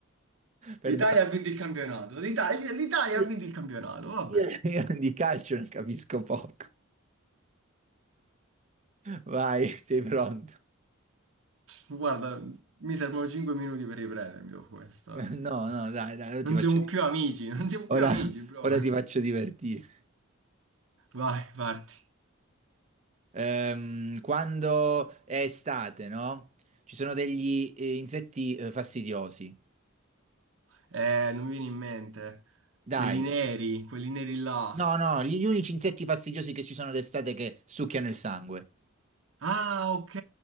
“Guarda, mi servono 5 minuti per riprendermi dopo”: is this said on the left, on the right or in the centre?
Right